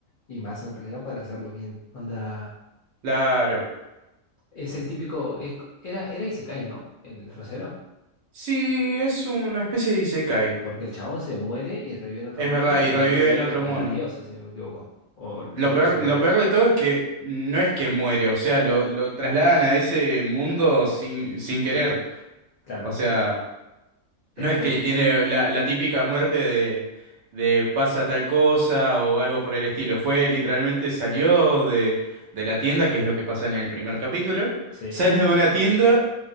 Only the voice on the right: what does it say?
Claro.
Sí, es una especie de isekai.
Es
verdad,
y revive
en otro
mundo.
Lo
peor,
lo
peor de todo es que no es que muere, o sea, lo, lo trasladan a ese mundo sin, sin querer.
O sea,
no es
que tiene la, la típica muerte de, de pasa tal cosa o algo por el estilo. Fue literalmente salió de, de la tienda, que es lo que pasa en el primer capítulo.
Sale de una tienda,